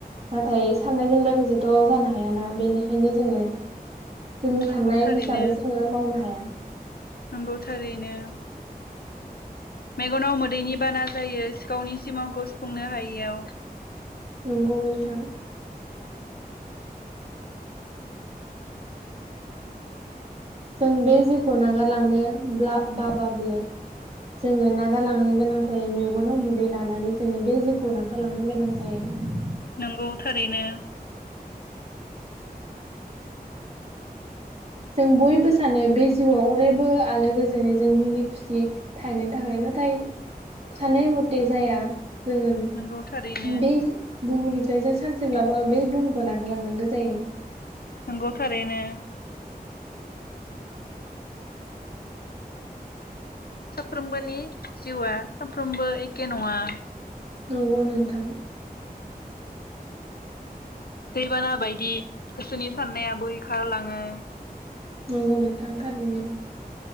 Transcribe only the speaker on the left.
नंगौ
थारैनो
नंगौ थारैनो मेगनाव मोदैनि बाना जायो सिखावनि सिमांखौ सुफुंनो हायिआव,
नंगौ थारैनो,
नंगौ थारैनो
नंगौ थारैनो, साफ्रोमबोनि जिउआ साफ्रोमबो एखे नङा।
दैबाना बायदि गोसोनि साननाया बोैखारलाङो,